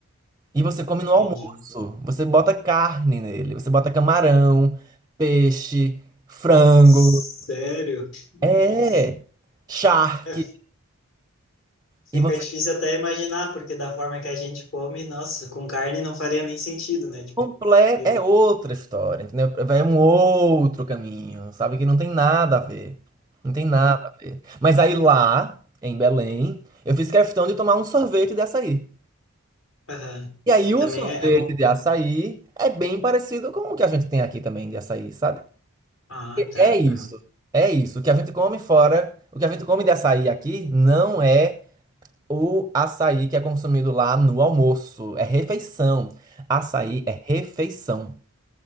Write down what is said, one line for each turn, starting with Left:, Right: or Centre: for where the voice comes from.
Right: E você come
Left: Entendi.
Right: no almoço. Você bota carne nele. Você bota camarão, peixe, frango.
Left: Sério? Nossa.
Right: É. Charque.
Left: É, fica
Right: E você
Left: difícil até imaginar, porque da forma que a gente come, nossa, com carne não faria nem sentido, né? Tipo,
Right: completa.
Left: eu.
Right: É outra história, entendeu? Vai um outro caminho, sabe? Que não tem nada a ver. Não tem nada
Left: Uhum.
Right: a ver. Mas aí lá, em Belém, eu fiz questão de tomar um sorvete de açaí.
Left: Aham.
Right: E aí
Left: Que também
Right: o sorvete
Left: é, é bom.
Right: de açaí é bem parecido com o que a gente tem aqui também de açaí, sabe?
Left: Ah, tá.
Right: É isso.
Left: Aham.
Right: É isso. O que a gente come fora, o que a gente come de açaí aqui não é o açaí que é consumido lá no almoço. É refeição. Açaí é refeição.